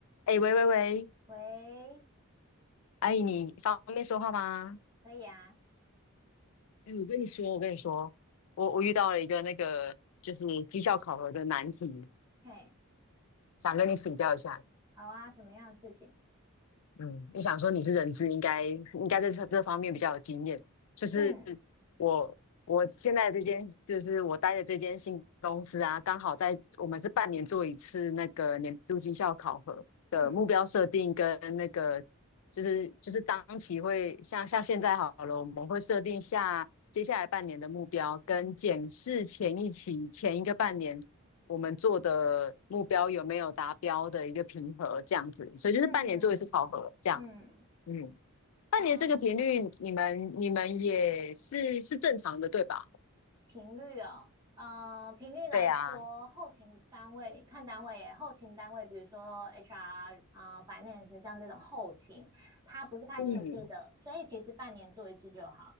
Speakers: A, on the left (about 65°); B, on the right (about 20°).
A: 哎，喂喂喂，
B: 喂，
A: 阿姨，你方便说话吗？
B: 可以啊，
A: 哎，我跟你说，我跟你说，我我遇到了一个那个就是绩效考核的难题，
B: 嘿，
A: 想跟你请教一下。
B: 好啊，什么样的事情？
A: 嗯，我想说你是人资，应该应该在这这方面比较有经验。就是
B: 嗯
A: 我我现在这间，就是我待的这间新公司啊，刚好在我们是半年做一次那个年度绩效考核的目标设定跟那个
B: 嗯
A: 就是就是当期会像像现在好了，我们会设定下接下来半年的目标，跟检视前一期前一个半年我们做的目标有没有达标的一个评核，这样子，所以就是半年做一次考核，
B: 嗯
A: 这样，
B: 嗯，
A: 嗯，半年这个频率，
B: 然后
A: 你们你们也是是正常的，对吧？
B: 频率哦，嗯、频率来说，
A: 对啊，
B: 后勤单位你看单位耶，后勤单位，比如说 HR 啊、finance，像这种后勤，它不是看业绩的，
A: 嗯，
B: 所以其实半年做一次就好。